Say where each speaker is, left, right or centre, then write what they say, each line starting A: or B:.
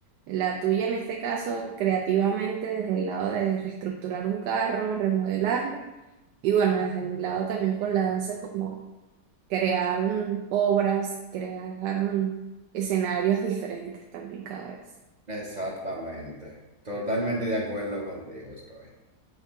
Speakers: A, on the right; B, on the right.
A: la tuya en este caso, creativamente desde el lado de reestructurar un carro, remodelarlo. Y bueno, desde mi lado también con la danza, como crear mm, obras, crear mm, escenarios diferentes también cada vez.
B: exactamente. Totalmente de acuerdo contigo estoy.